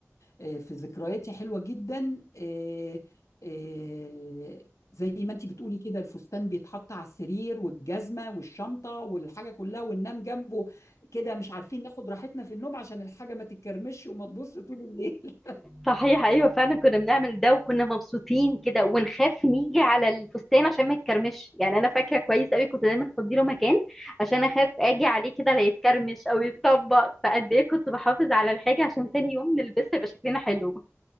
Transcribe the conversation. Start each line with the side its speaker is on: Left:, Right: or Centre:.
Left: آه، في ذكرياتي حلوة جدا آه، آه، زي ما انت بتقولي كده الفستان بيتحط على السرير والجزمه والشنطه والحاجه كلها وننام جنبه كده مش عارفين ناخد راحتنا في النوم عشان الحاجه ما تتكرمش وما تبص طول الليل
Centre: صحيح ايوه فعلا كنا بنعمل ده وكنا مبسوطين كده ونخاف نيجي على الفستان عشان ما يتكرمش يعني انا فاكره كويس قوي كنت دايما افضي له مكان عشان اخاف اجي عليه كده لا يتكرمش او يتطبق فقد ايه كنت بحافظ على الحاجه عشان تاني يوم نلبسها يبقى شكلنا حلو